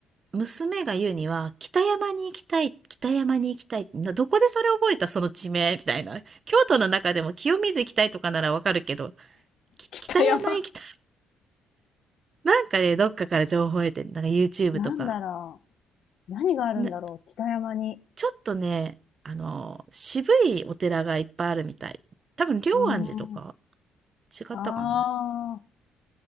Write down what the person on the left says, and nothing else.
北山。
<laughs> なんだろ
う。何があるんだろう。
北山に。
うーん。
ああ。